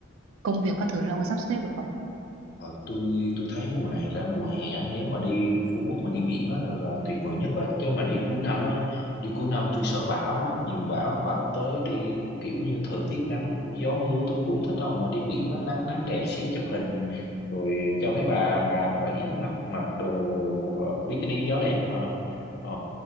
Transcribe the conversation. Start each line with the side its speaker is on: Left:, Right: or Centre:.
Right: công việc các thứ nó có sắp xếp được không
Left: Ờ, tôi tôi thấy mùa này ra mùa hè á, nếu mà đi Phú Quốc mà đi biển á, là tuyệt vời nhất á chứ mà đi cuối năm á đi cuối năm tôi sợ bão á nhiều bão bão tới đi kiểu như thời tiết nắng gió mưa tôi cũng thích đâu mà đi biển á nắng nắng đẹp xíu chụp hình rồi cho mấy bà bà với bà Yến mặc mặc đồ ờ, bikini gió đẹp mà ờ